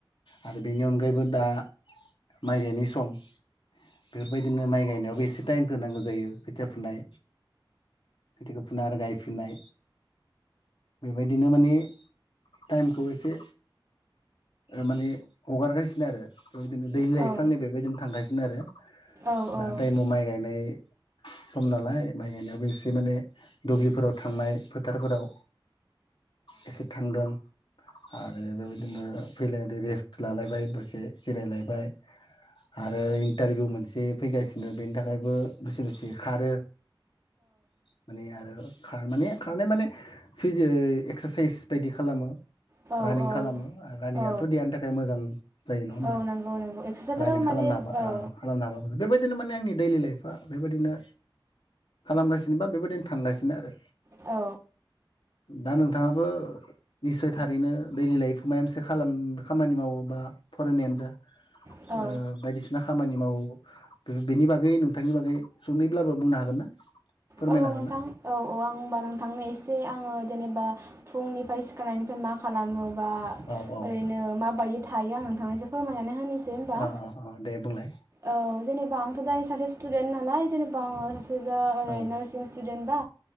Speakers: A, on the left (about 70°); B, on the right (about 35°).
A: आरो बेनि अनगायैबो दा। माइ गायनाय सम बेफोरबायदिनो माइ गायनायावबो एसे टाइमखौ नांगौ जायो, ‌ खोथिया फुनाय खोथियाखौ फुना आरो गायफिनाय बेबायदिनो माने टाइमखौ एसे माने हगारगासिनो आरो। बेबायदिनो दै लाइफां
B: औ औ
A: नै बेबायदिनो थांगासै। बिनो आरो।
B: औ औ
A: दा ताइमाव माइ गायनाय सम नालाय। माइ गायनायावबो एसे माने दुबलिफोराव थांनाय फोथारफोराव। एसे थांदों। आरो बेबायदिनो फैलायदो रेस्ट लालायबाय दसे जिरायलायबाय आरो इन्टारभिउ मोनसे फैगासिनो बेनि थाखायबो दुसे दुसे खारो। माने आरो खार माने खारनाय माने फिजे एक्सारसाइस बायदि खालामो।
B: औ
A: रानिं
B: औ
A: खालामो रानिंआथ'
B: औ
A: देहानि थाखाय मोजां जायो नङा होमबा
B: औ नंगौ नंगौ एक्सारसाइसाव
A: रानिं खालामनो
B: माने
A: हाबा
B: औ।
A: ओ खालामनो हाबा बेबायदिनो माने आंनि दैलि लाइफआ बेबायदिनो खालामगासिनो बा बेबायदिनो थांगासिनो आरो।
B: औ।
A: दा नोंथाङाबो निस्यइ थारैनो दैलि लाइफ माबा मोनसे खामानि मावो बा फरायनायानो जा
B: औ
A: ओ बायदिसिना खामानि मावो बे-बेनि बागै नोंथांनि बागै सुंदैब्लाबो बुंनो हागोन ना? फोरमायनो
B: औ
A: हागोन
B: नोंथां
A: ना
B: औ औ आं होमबा नोंथांनो एसे आङो जेनेबा फुंनिफ्राय सिखारनिफ्राय मा खालामो बा
A: औ औ
B: ओरेनो माबादि थायो आं नोंथांनो एसे फोरमायनानै होनिसै होमबा
A: अ अ अ दे बुंलाय
B: ओ जेने बा आंथ' दायो सासे स्टुदेन्ट नालाय जेनेबा आङो दा आरैनो
A: औ
B: स्टुदेन्टबा